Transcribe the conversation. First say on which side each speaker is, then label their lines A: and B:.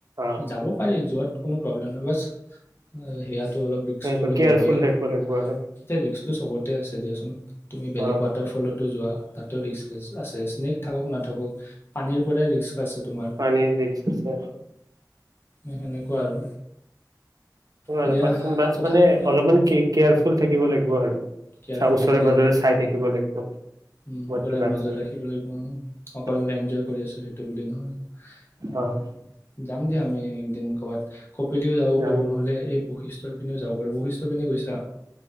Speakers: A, on the right; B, on the left.
A: অ',
B: যাব পাৰি যোৱাত কোনো প্ৰব্লেম নাই বছ সিয়াত অলপ ৰিস্কটো
A: সেইটো
B: অলপ
A: কেয়াৰফুল
B: ল'বই লাগিব।
A: থাকিব
B: এতিয়া
A: আৰু
B: ৰিস্ক টো চবতে আছে দিয়াচোন। বেলেগ
A: অ',
B: ৱাটাৰফলতো যোৱা তাতেও ৰিক্ আছে স্নেক? থাকক নাথাকক, পানীৰ পৰাই ৰিস্ক আছে তোমাৰ
A: পানীৰ ৰিস্ক আছে
B: সেনেকুৱা আৰু
A: মানে
B: এতিয়া তথাপিও
A: অলপমান কেয়াৰফুল থাকিব লাগিব আৰু
B: কেয়াৰফুল
A: চাও ওচৰে
B: থাকিব
A: পাজৰে
B: লাগিব
A: চাই থাকিব লাগিব।
B: উম
A: ক'ৰবাত
B: পুৰা
A: কিবা
B: নজৰ
A: আছে
B: ৰাখিব লাগিব।
A: নেকি।
B: অকল এনজয় কৰি আছো সেইটো বুলি নহয়।
A: অ'
B: যাম দিয়া আমি একদিন কব প কঁপিলিও যাব
A: যাম
B: পাৰো নহ'লে এই বশিষ্টৰ পিনেও যাব পাৰো বশিষ্টৰ পিনে গৈছা